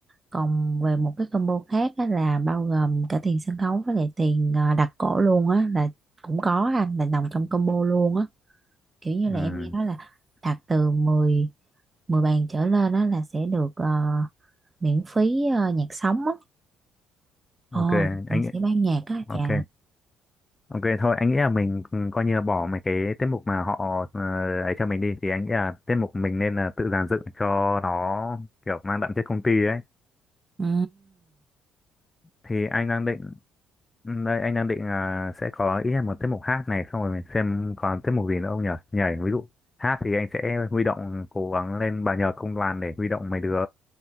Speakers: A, on the right (about 30°); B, on the left (about 25°).
A: còn về một cái combo khác á, là bao gồm cả tiền sân khấu với lại tiền à, đặt cỗ luôn á là cũng có anh là nằm trong combo luôn á kiểu như
B: ừ,
A: là em nghe nói là đặt từ 10 10 bàn trở lên á là sẽ được ờ, miễn phí ờ, nhạc sống á Ồ,
B: ok
A: nhạc
B: anh
A: sĩ ban nhạc á chà.
B: ok Ok thôi anh nghĩ là mình ừ, coi như là bỏ mấy cái tiết mục mà họ ờ, ấy cho mình đi thì anh nghĩ là tiết mục mình nên là tự dàn dựng cho nó kiểu mang đậm chất công ty ấy
A: Ừ.
B: thì anh đang định ừ, đây anh đang định là sẽ có ít nhất một tiết mục hát này xong rồi mình xem còn tiết mục gì nữa không nhỉ nhảy ví dụ hát thì anh sẽ huy động cố gắng lên bà nhờ công đoàn để huy động mấy đứa